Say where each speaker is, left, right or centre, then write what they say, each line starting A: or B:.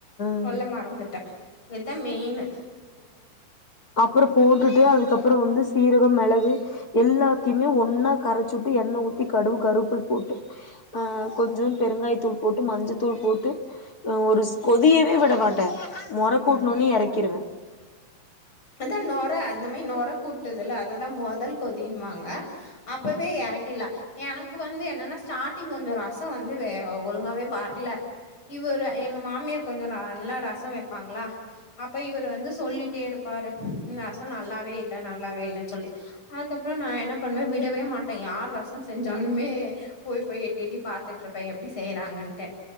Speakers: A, on the left; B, on the left.
A: ம்
B: சொல்ல மறந்துட்ட இத்தா மெய்னு
A: அப்றோ போட்டுட்டு அதுக்கப்பொறோ வந்து சீரகோ மெளகு எல்லாத்தெய்மே ஒன்னா கரச்சு உட்டு எண்ண ஊத்தி கடுகு கருவபுள் போட்டு அ கொஞ்சோ பெருங்காய தூள் போட்டு மஞ்சத் தூள் போட்டு ஒரு ஸ் கொதியவே விட மாட்ட நொர கூட்ண
B: ம்.
A: ஒண்ணே எறக்கிருவே
B: அக்கா நார் ர அந்த மாரி நொர கூட்டுதுல அததா மொதல் கொதீன்வாங்க அப்பவே எறக்கீர்லா எனக்கு வந்து என்னன்னா ஸ்டார்ட்டிங் கொஞ்சோ ரசோ வந்து வே அ ஒழுங்காவே வர்ல இவரு எங்க மாமியார் கொஞ்சோ ந நல்லா ரசோ வெப்பாங்ளா அப்ப இவரு வந்து சொல்லீட்டே இரு பாரு இந்த ரசம் நல்லாவே இல்ல நல்லாவே இல்லன் சொல்லி அதுக்கப்றோ நா என்ன பண்ணுவ விடவே மாட்டே யார் ரசம் செஞ்சாலுமே போய் போய் எட்டி எட்டி பாத்துட்டுருப்ப எப்டி செய்றாங்கன்ட்டு